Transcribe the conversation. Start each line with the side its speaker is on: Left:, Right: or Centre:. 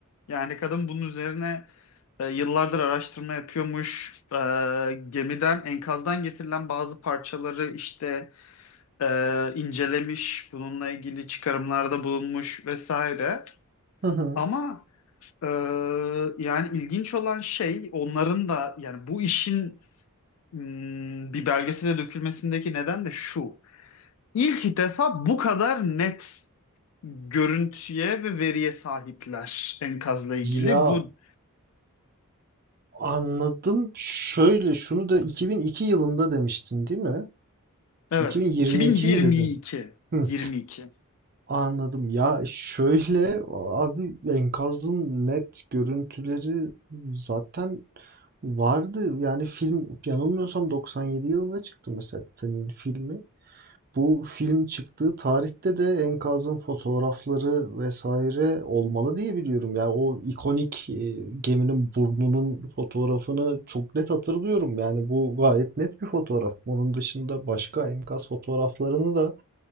Left: Yani kadın bunun üzerine e, yıllardır araştırma yapıyormuş. E, gemiden, enkazdan getirilen bazı parçaları işte e, incelemiş, bununla ilgili çıkarımlarda bulunmuş vesaire.
Right: Hı hı.
Left: Ama e, yani ilginç olan şey onların da yani bu işin mm, bir belgesele dökülmesindeki neden de şu. İlk defa bu kadar net görüntüye ve veriye sahipler enkazla ilgili.
Right: Ya
Left: Bu
Right: anladım. Şöyle şunu da 2002 yılında demiştin değil mi?
Left: evet
Right: 2022
Left: 2022
Right: mi dedin? Hı.
Left: 22.
Right: Anladım. Ya, şöyle, abi enkazın net görüntüleri zaten vardı. Yani film yanılmıyorsam 97 yılında çıktı mesela Titanic'in filmi. Bu film çıktığı tarihte de enkazın fotoğrafları vesaire olmalı diye biliyorum. Yani o ikonik e, geminin burnunun fotoğrafını çok net hatırlıyorum. Yani bu gayet net bir fotoğraf. Onun dışında başka enkaz fotoğraflarını da